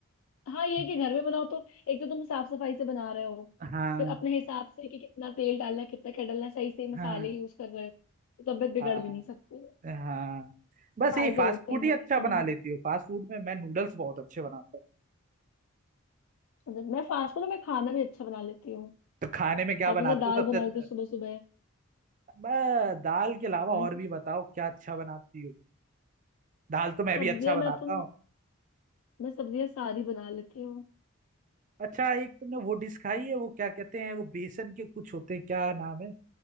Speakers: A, on the left; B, on the right.
A: हाँ ये
B: हम्म,
A: है कि घर में बनाओ तो एक तो तुम साफ सफाई से बना रहे हो
B: हाँ
A: फिर अपने हिसाब से कि कितना तेल डालना है कितना क्या डालना है, सही सही मसाले
B: हाँ
A: यूज कर रहे हो तो तबीयत बिगड़
B: हाँ
A: भी नहीं सकती है
B: हाँ बस
A: फायदे
B: यही फास्ट
A: होते
B: फूड
A: हैं
B: ही
A: घर
B: अच्छा
A: के खाने
B: बना
A: में
B: लेती हो फास्ट फूड में मैं नूडल्स बहुत अच्छे बनाता हूँ
A: अगर- मैं फास्ट फूड में खाना भी अच्छा बना लेती हूँ
B: तो खाने में क्या
A: आज
B: बनाती
A: मैंने दाल
B: हो सबसे
A: बनाई
B: अच्छा
A: थी सुबह सुबह
B: ब- दाल के अलावा
A: और
B: और भी बताओ क्या अच्छा बनाती हो दाल तो मैं
A: सब्जियां
B: भी अच्छा बनाता
A: मैं तुम
B: हूँ
A: मैं सब्जियां सारी बना लेती हूँ
B: अच्छा एक तुमने वो डिश खाई है वो क्या कहते हैं वो बेसन के कुछ होते हैं क्या नाम है